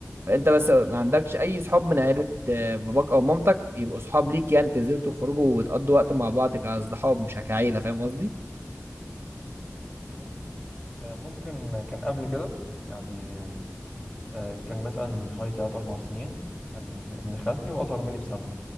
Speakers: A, on the right; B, on the left.
A: فانت بس ما عندكش اي صحاب من عيلة آه، باباك او مامتك يبقوا صحاب ليك يعني تنزلوا تخرجوا وتقضوا وقت مع بعض كاصحاب مش كعيلة فاهم قصدي
B: آه ممكن كان قبل كده يعني آه، كان مثلا من حوالي تلات أربع سنين كان ابن خالتي وأصغر مني بسنة